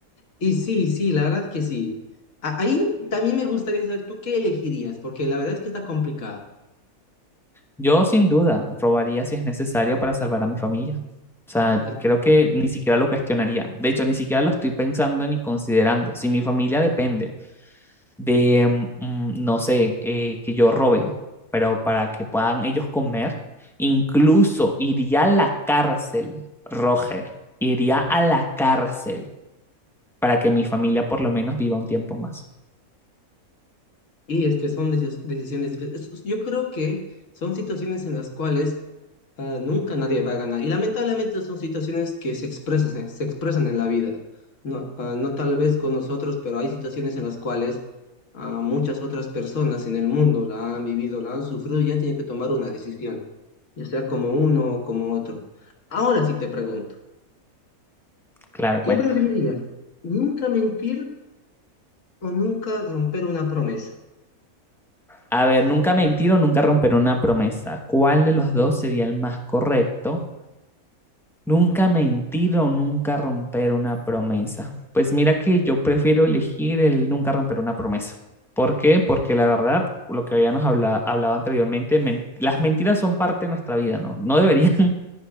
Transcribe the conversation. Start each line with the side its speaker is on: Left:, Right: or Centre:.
Left: Y sí, sí, la verdad que sí. A- Ahí también me gustaría saber tú qué elegirías, porque la verdad es que está complicado.
Centre: Yo sin duda robaría si es necesario para salvar a mi familia. O sea,
Left: Eh,
Centre: creo que ni siquiera lo cuestionaría. De hecho, ni siquiera lo estoy pensando ni considerando. Si mi familia depende de, mm, mm, no sé, eh, que yo robe, pero para que puedan ellos comer, incluso iría a la cárcel, Roger, iría a la cárcel para que mi familia por lo menos viva un tiempo más.
Left: Y es que son decis- decisiones difíciles. Es- Yo creo que son situaciones en las cuales Ah, nunca nadie va a ganar. Y lamentablemente son situaciones que se expresan, se, se expresan en la vida. No, ah, no tal vez con nosotros, pero hay situaciones en las cuales ah, muchas otras personas en el mundo la han vivido, la han sufrido y ya tienen que tomar una decisión, ya sea como uno o como otro. Ahora sí te pregunto,
Centre: Claro,
Left: ¿qué
Centre: cuenta.
Left: preferirías? ¿Nunca mentir o nunca romper una promesa?
Centre: A ver, nunca mentir o nunca romper una promesa. ¿Cuál de los dos sería el más correcto? Nunca mentir o nunca romper una promesa. Pues mira que yo prefiero elegir el nunca romper una promesa. ¿Por qué? Porque la verdad, lo que habíamos habla- hablado anteriormente, men- las mentiras son parte de nuestra vida, ¿no? No deberían, <laughs>